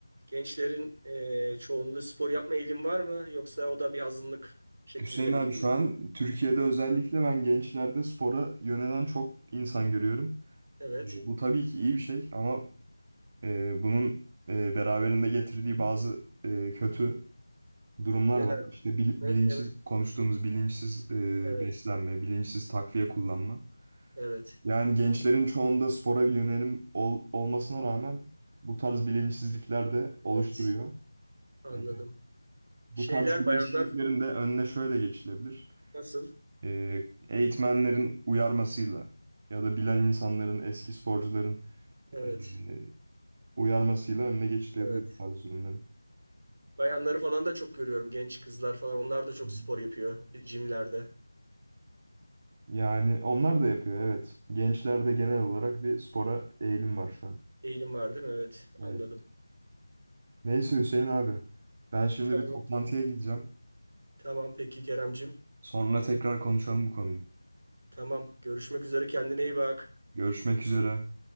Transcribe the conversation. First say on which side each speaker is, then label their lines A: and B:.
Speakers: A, on the right (about 45°); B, on the right (about 25°).
A: gençlerin e, çoğunluğu spor yapma eğilim var mı yoksa o da bir azınlık şeklinde
B: Hüseyin
A: mi
B: abi
A: gidiyor?
B: şu an Türkiye'de özellikle ben gençlerde spora yönelen çok insan görüyorum.
A: Evet.
B: E, Bu tabii ki iyi bir şey ama e, bunun e, beraberinde getirdiği bazı e, kötü durumlar
A: Neler
B: var. İşte
A: var?
B: bil-
A: Ne,
B: bilinçsiz
A: ne mi?
B: konuştuğumuz bilinçsiz e,
A: Evet.
B: beslenme, bilinçsiz takviye kullanma.
A: Evet.
B: Yani gençlerin çoğunda spora bir yönelim ol- olmasına rağmen bu tarz bilinçsizlikler de
A: Evet.
B: oluşturuyor.
A: Anladım.
B: E, Bu
A: Şeyler
B: tarz bilinçsizliklerin
A: bayanlar
B: de önüne şöyle geçilebilir.
A: nasıl?
B: e, eğitmenlerin uyarmasıyla ya da bilen insanların, eski sporcuların
A: Evet.
B: e, uyarmasıyla önüne geçilebilir
A: Evet.
B: bu tarz ürünlerin.
A: Bayanları falan da çok görüyorum. Genç kızlar falan onlar da çok
B: Hı hı.
A: spor yapıyor e, jimlerde.
B: Yani onlar da yapıyor evet. Gençlerde genel olarak bir spora eğilim var şu an.
A: Eğilim var değil mi? Evet.
B: Evet.
A: Anladım.
B: Neyse Hüseyin abi. Ben şimdi
A: Tamam.
B: bir toplantıya gideceğim.
A: Tamam peki Keremcim.
B: Sonra tekrar konuşalım bu konuyu.
A: Tamam. Görüşmek üzere. Kendine iyi bak.
B: Görüşmek üzere.